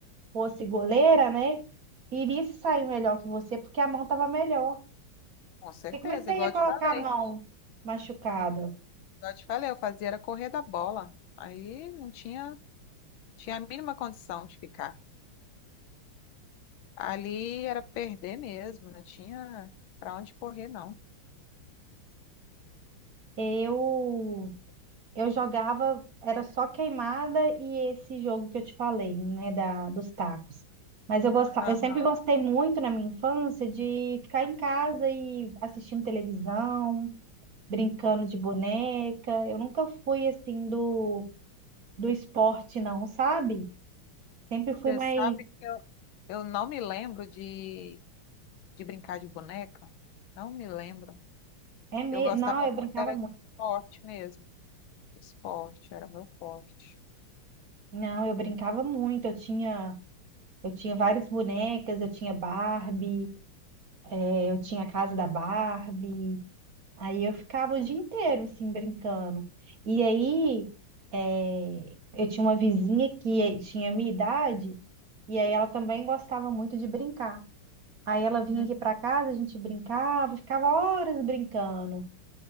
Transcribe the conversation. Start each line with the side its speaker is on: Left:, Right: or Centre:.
Right: fosse goleira, né, iria se sair melhor que você, porque a mão estava melhor.
Left: Com certeza,
Right: Porque como é que você
Left: igual
Right: ia
Left: eu
Right: colocar
Left: te falei.
Right: a mão machucada?
Left: Igual eu te falei, eu fazia era correr da bola. Aí não tinha, tinha a mínima condição de ficar. Ali era perder mesmo, não tinha para onde correr, não.
Right: Eu Eu jogava, era só queimada e esse jogo que eu te falei, né, da, dos tacos. Mas eu gostava,
Left: Aham.
Right: eu sempre gostei muito na minha infância de ficar em casa e assistindo televisão, brincando de boneca. Eu nunca fui assim do, do esporte, não, sabe? Sempre fui
Left: Você
Right: mais.
Left: sabe que eu, eu não me lembro de, de brincar de boneca? Não me lembro.
Right: É me...
Left: Eu gostava
Right: Não, eu
Left: muito,
Right: brincava
Left: era
Right: muito.
Left: de esporte mesmo. Esporte era meu forte.
Right: Não, eu brincava muito. Eu tinha, eu tinha várias bonecas, eu tinha Barbie, eh, eu tinha a casa da Barbie. Aí eu ficava o dia inteiro, assim, brincando. E aí, eh, eu tinha uma vizinha que tinha a minha idade, e aí ela também gostava muito de brincar. Aí ela vinha
Left: Hum.
Right: aqui para casa, a gente brincava, ficava horas brincando.